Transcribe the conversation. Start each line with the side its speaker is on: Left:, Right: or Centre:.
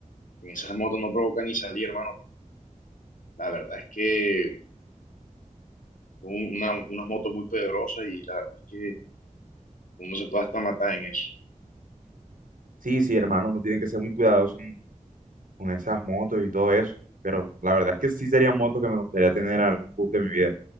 Left: en esas motos no provoca ni salir, hermano. La verdad es que son una- unas motos muy poderosas y la verdad es que uno se puede hasta matar en eso.
Right: Sí, sí, hermano, uno tiene que ser muy cuidadoso con, con esas motos y todo eso. Pero la verdad es que sí serían motos que me gustaría tener en algún punto de mi vida.